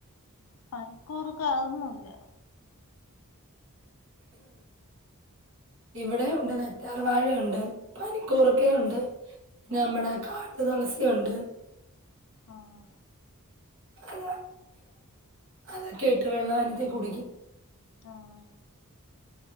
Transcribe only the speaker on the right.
ഇവിടെ ഉണ്ട് കറ്റാർവാഴയുണ്ട് പനിക്കൂർക്കയുണ്ട്
പിന്നെ
നമ്മടെ കാട്ടുതുളസിയുണ്ട്
<inaudible> അത അതൊക്കെ ഇട്ട് വെള്ളം അനത്തി കുടിക്കും